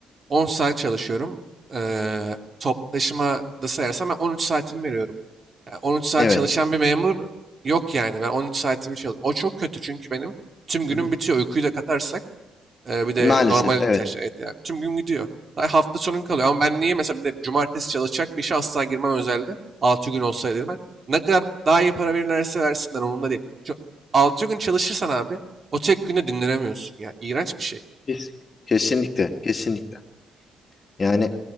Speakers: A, on the right; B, on the left.
A: 10 saat çalışıyorum. E, toplu taşıma da sayarsam ben 13 saatimi veriyorum. Yani 13 saat
B: Evet.
A: çalışan bir memur yok yani. Ben 13 saatimi çalışıyorum. O çok kötü çünkü benim tüm günüm
B: Hı hı.
A: bitiyor. Uykuyu da katarsak e, bir de
B: Maalesef
A: normal ihtiyaçlar
B: evet.
A: evet yani. Tüm gün gidiyor. Daha hafta sonun kalıyor. Ama ben niye mesela bir de cumartesi çalışacak bir işe asla girmem özelde. 6 gün olsaydı dedim ben. Ne kadar daha iyi para verirlerse versinler onun da değil. Şu 6 gün çalışırsan abi o tek günde dinlenemiyorsun ya. İğrenç bir şey.
B: Kes- Kesinlikle, kesinlikle. Yani